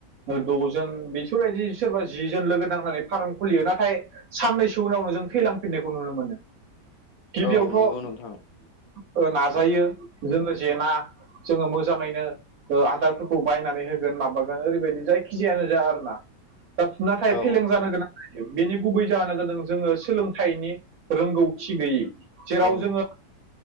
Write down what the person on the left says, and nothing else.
औ नंगौ नोंथां
औ
औ
औ